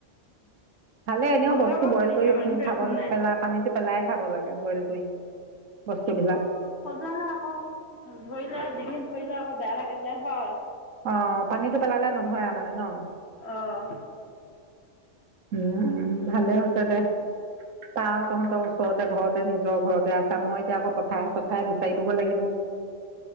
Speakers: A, on the right; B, on the left.
A: ভালে এনেও
B: সজোৱাব
A: বস্তু বইল
B: বুলিহে
A: কৰি
B: অইনটো
A: খাব
B: একো নাই।
A: পেলাই পানীটো পেলাইে খাব লাগে বইল কৰি বস্তু বিলাক
B: খজোৱালে আকৌ ধৰিলে দিঘিন ধৰিলে আকৌ বেয়া লাগে যায় হয়
A: অ পানীতটো পেলালে নধৰে মানে ন
B: অহ
A: উম ভালে হৈছে দে তাৰ তহঁতৰ ওচৰতে ঘৰতে নিজৰ ঘৰতে আছে মই এতিয়া আকৌ পথাই চথাই বিচাৰিবগৈ লাগিব